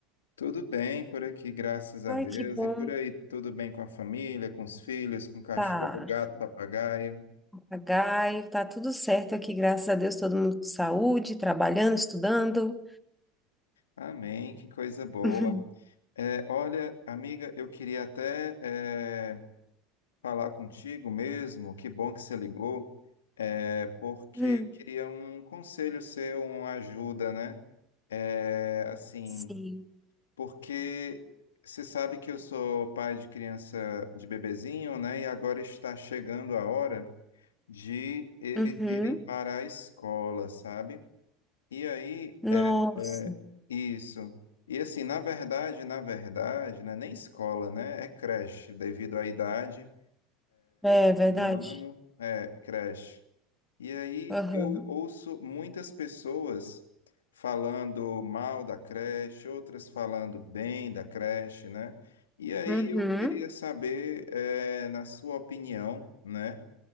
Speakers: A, on the left; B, in the centre.
A: Tudo bem por aqui, graças a
B: Ai,
A: Deus.
B: que bom.
A: E por aí, tudo bem com a família, com os filhos, com o cachorro,
B: Tá,
A: gato, papagaio.
B: papagaio, tá tudo certo aqui, graças a Deus, todo mundo com saúde, trabalhando, estudando.
A: Amém, que coisa boa.
B: <laughs>
A: É, olha, amiga, eu queria até eh, falar contigo mesmo. Que bom que você ligou, é, porque
B: Hum,
A: eu queria um conselho seu, uma ajuda, né? É, assim,
B: Sim.
A: porque você sabe que eu sou pai de criança de bebezinho, né? E agora está chegando a hora de eles
B: Uhum.
A: irem para a escola, sabe? E aí,
B: Nossa,
A: é isso. E assim, na verdade, na verdade, né? Nem escola, né? É creche, devido à idade,
B: é verdade.
A: um ano, é creche. E aí
B: Aham.
A: eu ouço muitas pessoas falando mal da creche, outras falando bem da creche, né? E aí
B: Uhum.
A: eu queria saber, eh, na sua opinião, né?